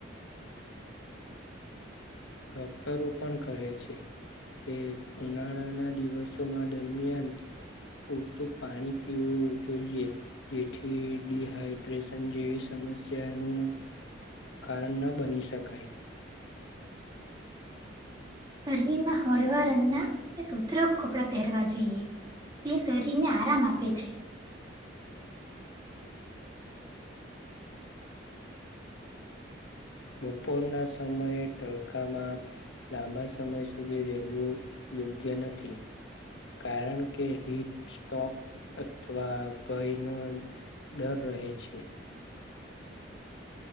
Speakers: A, on the left (about 75°); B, on the right (about 20°).
A: ડોક્ટરો પણ કહે છે. કે ઉનાળાના દિવસોમાં દરમિયાન પૂરતું પાણી પીવું. જોઈએ જેથી ડિહાઈડ્રેશન જેવી સમસ્યાનું. કારણ ન બની શકાય.
B: ગરમીમાં હળવા રંગના અને સત્ર કપડા પહેરવા જોઈએ. તે શરીરને આરામ આપે છે.
A: <inaudible> બપોરના સમયે તડકામાં લાંબા સમય સુધી રહેવું યોગ્ય નથી કારણ કે હિટ સ્ટોક અથવા ભયનો દર રહી છે